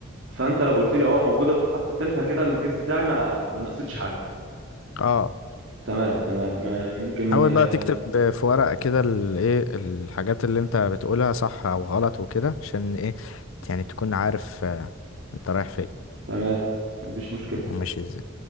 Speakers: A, on the right (about 60°); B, on the left (about 75°).
A: فانت لو قلت لي اه موجوده في الحرف التاني فكده الجس بتاعي ما ما نقصتش حاجه
B: اه
A: تمام تمام آه، ممكن
B: حاول
A: آه،
B: بقى تكتب ب- في ورقة كده الايه الحاجات اللي انت بتقولها صح او غلط وكده عشان ايه يعني تكون عارف آه، انت رايح فين
A: تمام مفيش مشكله
B: وماشي ازاي